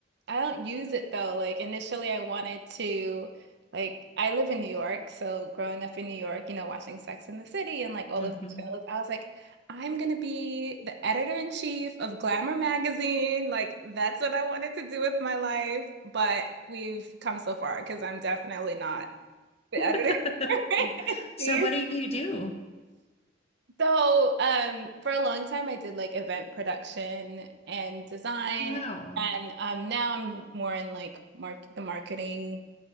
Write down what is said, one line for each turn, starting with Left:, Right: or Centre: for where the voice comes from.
Right: I don't use it though. Like initially I wanted to like I live in New York, so growing up in New York, you know, watching Sex and the City and like all
Left: hmm
Right: of these shows, I was like, I'm gonna be the editor in chief of Glamour magazine. Like that's what I wanted to do with my life, but we've come so far because I'm definitely not the
Left: <laughs>
Right: editor <laughs> in
Left: So
Right: chief.
Left: what do you do?
Right: So, um, for a long time, I did like event production and design,
Left: Wow.
Right: and um, now I'm more in like mark the marketing